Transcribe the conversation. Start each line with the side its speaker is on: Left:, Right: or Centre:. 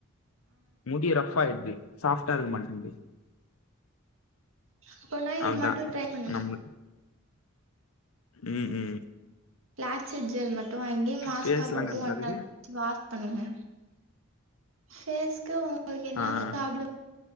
Left: முடி ரஃப் ஆயிடுது சாஃப்டா இருக்க மாட்டேங்து
Right: அப்பனா இது
Left: அதா
Right: மட்டு ட்ரை பண்ணுங்க
Left: நம்ம ம் ம்
Right: கிளாஸிக் ஜெல் மட்டு வாங்கி மாஸ்கா
Left: ஃபேஸ்லா
Right: போட்டு
Left: கரெக்டா
Right: ஒன்ஆர்
Left: இருக்கு
Right: வாஷ் பண்ணுங்க ஃபேஸ்க்கு உங்களுக்கு என்ன
Left: ஆ ஆ
Right: பிராப்ளம்